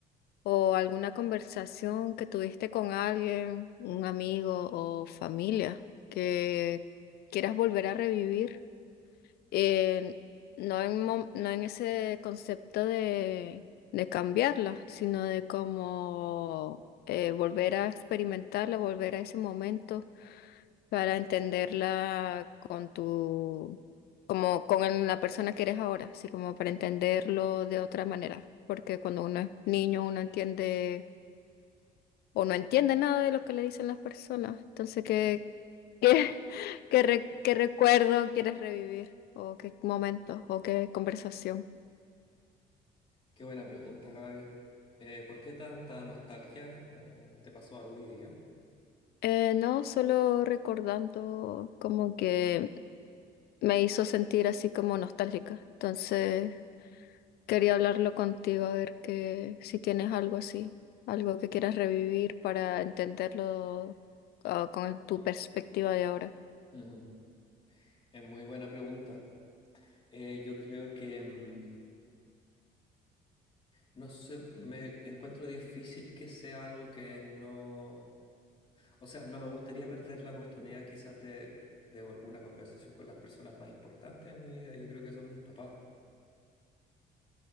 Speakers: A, on the left (about 70°); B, on the left (about 30°).
A: o alguna conversación que tuviste con alguien, un amigo o familia que quieras volver a revivir. eh, no en, mom- no en ese concepto de, de cambiarla, sino de cómo eh, volver a experimentarla, volver a ese momento para entenderla con tu, como con el- la persona que eres ahora, así como para entenderlo de otra manera. Porque cuando uno es niño, uno entiende o no entiende nada de lo que le dicen las personas. Entonces, ¿qué? ¿Qué, qué re- qué recuerdo quieres revivir? ¿O qué momento? ¿O qué conversación?
B: Qué buena pregunta, Gaby. Eh, ¿por qué tanta nostalgia? Eh, ¿te pasó algo hoy día?
A: Eh, no, solo recordando como que me hizo sentir así como nostálgica. Entonces quería hablarlo contigo a ver que si tienes algo así, algo que quieras revivir para entenderlo ah, con tu perspectiva de ahora.
B: <laughs> Es muy buena pregunta. Eh, yo creo que, mm, no sé, me encuentro difícil que sea algo que no... O sea, no me gustaría perder la oportunidad quizás de, de alguna conversación con las personas más importantes en mi vida. Yo creo que son mis papás.